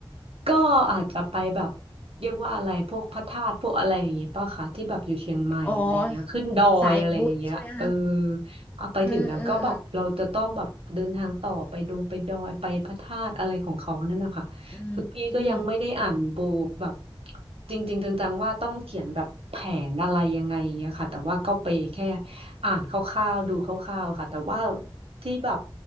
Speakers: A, on the right; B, on the left.
A: ก็อาจจะไปแบบเรียกว่าอะไรพวกพระธาตุพวกอะไรอย่างงี้ป่ะคะที่แบบอยู่เชียงใหม่อะไรอย่างเงี้ยขึ้นดอยอะไรอย่างเงี้ยเออ
B: อ๋อสายบุญใช่ไหมคะ
A: เอาไปถึงแล้วก็แบบเราจะต้องแบบเดินทางต่อไปดงไปดอยไปพระธาตุอะไรของเขานั่นนะคะคือพี่ก็ยังไม่ได้อ่านบูแบบ
B: เออเออเอออืมอืม
A: จริงๆจังๆว่าต้องเขียนแบบแผนอะไรยังไงอย่างเงี้ยค่ะแต่ว่าก็ไปแค่อ่านคร่าวๆดูคร่าวๆค่ะแต่ว่าที่แบบ